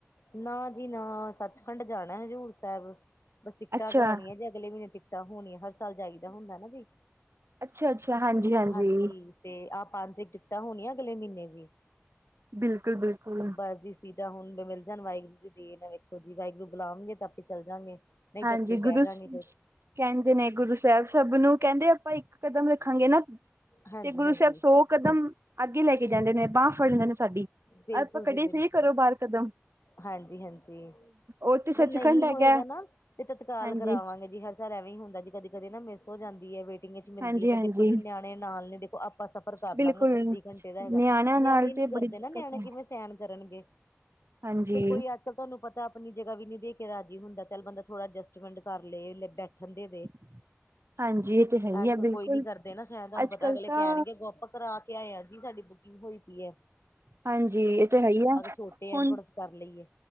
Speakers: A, on the left (about 70°); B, on the right (about 65°).
A: ਨਾ ਜੀ ਨਾ, ਸੱਚਖੰਡ ਜਾਣਾ ਹਜ਼ੂਰ ਸਾਹਿਬ ਬਸ ਟਿਕਟਾਂ
B: ਅੱਛਾ,
A: ਕਰਾਣੀਆਂ ਜੇ ਅਗਲੇ ਮਹੀਨੇ ਟਿਕਟਾਂ ਹੋਣੀਆਂ ਹਰ ਸਾਲ ਜਾਈਦਾ ਹੁੰਦਾ ਨਾ ਜੀ।
B: ਅੱਛਾ-ਅੱਛਾ ਹਾਂਜੀ-ਹਾਂਜੀ।
A: ਹਾਂਜੀ ਤੇ ਆਹ ਪੰਜ ਟਿਕਟਾਂ ਹੋਣੀਆਂ ਅਗਲੇ ਮਹੀਨੇ ਦੀ,
B: ਬਿਲਕੁਲ-ਬਿਲਕੁਲ।
A: ਬਸ
B: ਹਾਂਜੀ ਬਿਲਕੁਲ ਬਿਲਕੁਲ
A: ਜੀ। ਸੀਟਾਂ ਹੁਣ ਮਿਲ ਜਾਣ ਵਾਹਿਗੁਰੂ ਦੀ ਦੇਣ ਹੈ ਵੇਖੋ ਜੀ ਵਾਹਿਗੁਰੂ ਬੁਲਾਣਗੇ ਤਾਂ ਆਪੇ ਚੱਲ ਜਾਗੇ। ਨਹੀਂ
B: ਹਾਂਜੀ।
A: ਤੇ ਇੱਥੇ ਹੀ ਬਹਿ
B: ਗੁਰੂ
A: ਜਾਂਗੇ ਫਿਰ
B: ਕਹਿੰਦੇ ਨੇ ਗੁਰੂ ਸਾਹਿਬ ਸਭ ਨੂੰ ਕਹਿੰਦੇ ਆਪਾਂ ਇੱਕ ਕਦਮ ਰੱਖਾਂਗੇ ਨਾ
A: ਹਾਂਜੀ
B: ਤੇ ਗੁਰੂ
A: ਹਾਂਜੀ
B: ਸਾਹਿਬ ਸੌ ਕਦਮ, ਅੱਗੇ ਲੈ ਕੇ ਜਾਂਦੇ ਨੇ ਬਾਂਹ ਫੜ ਜਾਂਦੇ ਨੇ ਸਾਡੀ,
A: ਬਿਲਕੁਲ
B: ਆਪਾਂ
A: ਜੀ
B: ਕਢੀ
A: ਬਿਲਕੁਲ
B: ਸੀ ਘਰੋ ਬਾਹਰ ਕਦਮ
A: ਹਾਂਜੀ ਹਾਂਜੀ,
B: ਉੱਥੇ ਸੱਚਖੰਡ
A: ਮੰਨ ਨਹੀਂ
B: ਹੈਗਾ
A: ਹੋਏਗਾ ਨਾ ਤੇ ਤੱਤਕਾਲ
B: ਹਾਂਜੀ
A: ਕਰਾਵਾਂਗੇ ਜੀ ਹਰ ਸਾਲ ਐਵੇਂ ਹੀ ਹੁੰਦਾ ਜੀ ਕਦੀ ਕਦੇ ਨਾ ਮਿਸ ਹੋ ਜਾਂਦੀ ਹੈ ਵੇ। ਕਿੰਨੇ ਚ ਮਿਲਦੀ
B: ਹਾਂਜੀ
A: ਹੈ ਫ਼ਿਰ
B: ਹਾਂਜੀ
A: ਦੇਖੋ ਜੀ ਨਿਆਣੇ ਨਾਲ ਨੇ ਦੇਖੋ ਆਪਾਂ ਸਫ਼ਰ ਕਰ
B: ਬਿਲਕੁਲ
A: ਲਾਂਗੇ ਛੱਤੀ ਘੰਟੇ ਦਾ ਬਸ,
B: ਨਿਆਣਿਆਂ
A: ਨਿਆਣੇ
B: ਨਾਲ
A: ਨੀ
B: ਤੇ
A: ਕਰਦੇ
B: ਬੜੀ ਦਿੱਕਤ
A: ਨਾ ਨਿਆਣੇ
B: ਹੈ
A: ਕਿਵੇਂ ਸੈਣ ਕਰਨਗੇ,
B: ਹਾਂਜੀ
A: ਫਿਰ ਕੋਈ ਅੱਜ ਕੱਲ ਤੁਹਾਨੂੰ ਪਤਾ ਆਪਣੀ ਜਗ੍ਹਾ ਵੀ ਨੀ ਦੇ ਕੇ ਰਾਜੀ ਹੁੰਦਾ ਚੱਲ ਬੰਦਾ ਥੋੜਾ ਅਡਜਸਟਮੈਂਟ ਕਰ ਲੇ ਲੈ ਬੈਠਣ ਦੇ ਦੇ।
B: <inaudible> ਹਾਂਜੀ ਇਹ ਤੇ ਹੈ ਹੀ
A: ਅੱਜ
B: ਹੈ
A: ਕੱਲ
B: ਬਿਲਕੁਲ
A: ਕੋਈ ਨੀ ਕਰਦੇ ਨਾ ਸਾਹਿਣ ਤੁਹਾਨੂੰ
B: ਅੱਜ
A: ਪਤਾ
B: ਕੱਲ
A: ਅਗਲੇ
B: ਤਾਂ
A: ਕਹਿਣਗੇ ਕਿਉ ਆਪ ਕਰਾ ਕੇ ਆਏਆ ਜੀ ਸਾਡੀ ਬੁਕਿੰਗ ਹੋਈ ਪੀ ਐ।
B: ਹਾਂਜੀ ਇਹ ਤੇ ਹੈ ਹੀ ਆ।
A: ਛੋਟੇ
B: ਹੂ
A: ਆ ਥੋੜਾ ਕਰ ਲਈਏ